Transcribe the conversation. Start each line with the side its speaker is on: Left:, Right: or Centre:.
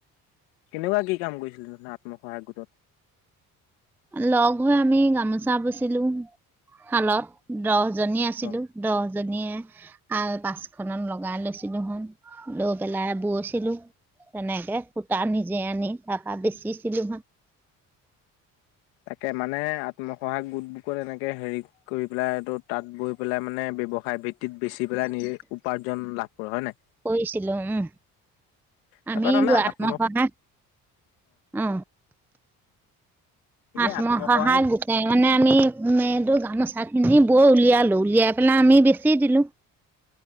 Left: কেনেকুৱা কি কাম কৰিছিলো ধোন আত্মসহায় গোটত
Centre: লগ হৈ আমি গামোচা পুচিলো শালত দহ জনী আছিলো
Left: অ
Centre: দহ জনীয়ে আল পাঁচখনত লগাই লৈছিলো হন লৈ পেলাই বৈছিলো তেনেকে সূতা নিজে আনি তাৰপা বেচিছিলো।
Left: তাকে মানে আত্মসহায়ক গোত এনেকে হেৰি কৰি নাই এইটো তাত গৈ পেলাই মানে বয়ৱসায় ভিত্তিত বেচি পেলাই নিজ উপাৰ্জন ল হয় নাই।
Centre: কৰিছিলো উম
Left: তাৰপৰা
Centre: আমি
Left: তাৰমানে
Centre: গৈ আত্মসহায়
Left: আত্ম
Centre: অ।
Left: এনেই
Centre: আত্মসহায়
Left: আত্মসহায়ক
Centre: গোটাই মানে আমি এইটো গানোচা খিনি বৰ উলিয়ালো উলিয়াই পেলাই আমি বেচি দিলো